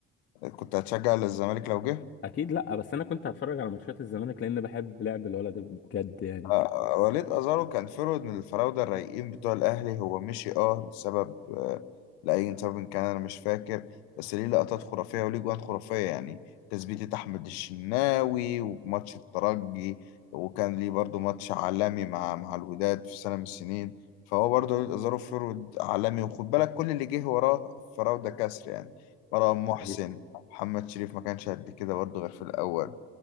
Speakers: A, on the left (about 85°); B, on the left (about 40°).
A: آه، كنت هتشجع الزمالك لو جه؟
B: اكيد لا بس انا كنت هتفرج على ماتشات الزمالك لان بحب لعب الولد ده بجد يعني
A: آه، وليد أزارو كان فرود من الفراودة الرايقين بتوع الأهلي هو مشي أه لسبب آه، لأي سبب كان أنا مش فاكر بس ليه لقطات خرافية وليه جوان خرافية يعني تثبيتة أحمد الشناوي وماتش الترجي وكان ليه برضو ماتش عالمي مع مع الوداد في سنة من السنين فهو برضو وليد أزارو فرود عالمي وخد بالك كل اللي جه وراه الفراودة كسر يعني مرام محسن
B: حقيقة.
A: محمد شريف ما كانش قد كده برضو غير في الأول